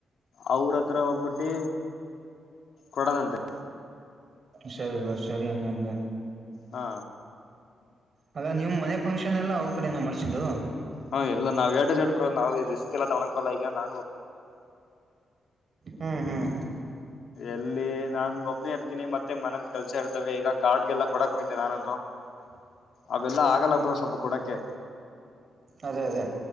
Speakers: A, on the left (about 70°); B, on the right (about 45°).
A: ಅವ್ರತ್ರ ಹೋಗ್ಬಿಟ್ಟಿ ಕೊಡನಂತೆ
B: ಸರಿ ಬಾ ಸರಿ ಹಂಗಂತ
A: ಹಾ
B: ಅಲ್ಲಾ ನೀವು ಮನೆ ಫಂಕ್ಷನ್ ಎಲ್ಲ ಅವ್ರ ಕಡೆನ ಮಾಡ್ಸಿದ್ದು
A: ಹಾ ಎಲ್ಲ ನಾವ್ ಎಡ್ಡ್ ಬ್ರೋ ನವು ರಿಸ್ಕ್ ಎಲ್ಲ ತಗೋಕಲ್ಲ ಈಗ ನಾ
B: ಹ್ಮ್ ಹಾ್
A: ಎಲ್ಲಿ ನಾನ್ ಒಬ್ನೇ ಇರ್ತೀನಿ ಮತ್ತೆ ಮನದ ಕೆಲ್ಸ ಇರ್ತವೆ ಈಗ ಕಾರ್ಡ್ಗೆಲ್ಲ ಕೊಡಕ್ ಹೋಗಿದ್ದೆ ನಾನು
B: ಹ
A: ಅವೆಲ್ಲಾ ಆಗಲ್ಲಗ್ಬ್ರೋ ಸ್ವಲ್ಪ ಕೊಡಕ್ಕೆೆ
B: ಅದೇ ಅದೇ